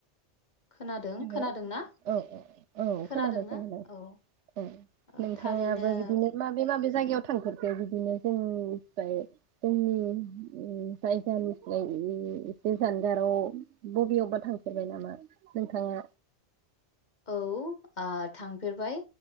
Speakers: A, on the left (about 40°); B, on the right (about 75°).
A: खोनादों
B: हेल'
A: खोनादोंना
B: औ औ औ
A: खोनादोंना
B: खोनादों खोनादों
A: औ
B: औ
A: ओ
B: नोंथाङाबो
A: थारैनो
B: बिदिनो माबे माबे जायगायाव थांफेरदो बिदिनो जोंनिफ्राय जोंनि उम जायगानिफ्राय एसे जानगाराव बबेयावबा थांफेरबाय नामा? नोंथाङा
A: औ आ थांफेरबाय